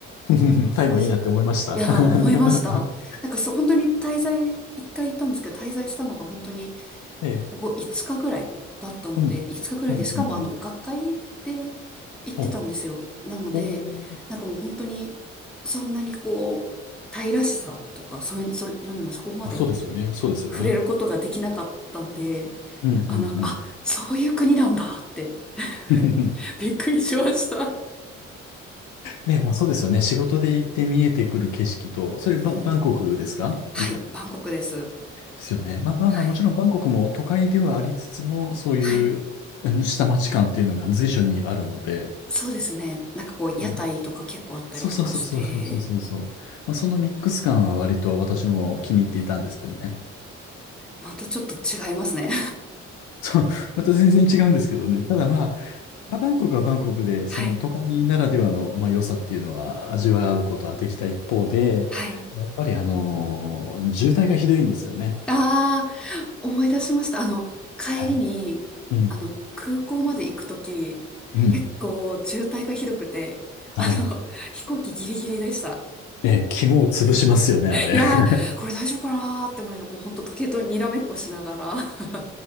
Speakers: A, on the left (about 55°); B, in the centre.
A: <laughs>
B: こ
A: タイもいいなって思いました。
B: いやー、
A: <laughs>
B: 思いました。なんかそう、本当に滞在、一回行ったんですけど、滞在したのが本当に
A: ええ。
B: 5、5日ぐらいだったので、
A: うん。
B: 5日ぐらいで、
A: うんうんうん。
B: しかもあの、学会で行ってたんですよ。
A: お、
B: なので、
A: おー、
B: なんかもう本当に、そんなにこう、タイらしさとか、そういう、そういうのにはそこまで
A: まあ、そうですよね。そうですよね。
B: 触れることができなかったんで、
A: うん
B: あ、なんか、あ、そういう国なんだって、
A: うんうん。
B: <laughs>
A: <laughs>
B: びっくりしました。
A: ね、まあそうですよね。仕事で行って見えてくる景色と、それバン、
B: うーん。
A: バンコクですか行った。
B: はい、
A: で
B: バンコクです。
A: すよね。まあまあまあ、
B: はい。
A: もちろんバンコクも都会ではありつつも、そういううん下町感っていうのが随所にあるので、
B: はい。そうですね。なんかこう、
A: うん
B: 屋台とか結構あったりとかして、
A: そうそうそうそうそうそうそうそう。まあ、そのミックス感は割と私も気に入っていたんですけどね。
B: うん、またちょっと違いますね。
A: <laughs> そう、また全然違うんですけどね。ただまあ、まあ、バンコクはバンコクで、
B: <laughs>
A: その都会ならではの、
B: はい。
A: まあ、良さっていうのは味わうことはできた一方で、
B: はい。
A: やっぱりあのー渋滞がひどいんですよね。
B: ああ、思い出しました。あの、帰りに、
A: はい。うん。
B: あの、空港まで行くとき、
A: うん。
B: 結構渋滞がひどくて、
A: はい。
B: あの、<laughs> 飛行機ギリギリでした。
A: えー、肝を潰しますよね、あれ。
B: いやー、
A: <laughs>
B: これ大丈夫かなーって思いながら、もうほんと時計とにらめっこしながら。<laughs>